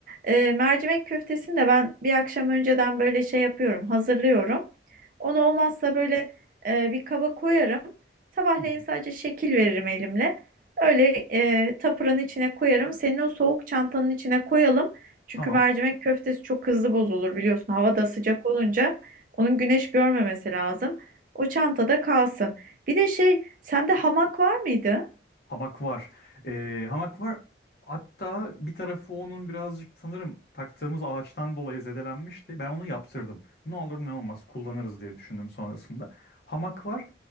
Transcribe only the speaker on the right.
E, mercimek köftesini de ben bir akşam önceden böyle şey yapıyorum hazırlıyorum. Onu olmazsa böyle e, bir kaba koyarım. Sabahleyin
sadece şekil veririm elimle. Öyle e, tapuranın içine koyarım. Senin o soğuk çantanın içine koyalım. Çünkü
mercimek köftesi çok hızlı bozulur biliyorsun. Hava da sıcak olunca onun güneş görmemesi lazım. O çantada kalsın. Bir de şey, sende hamak var mıydı?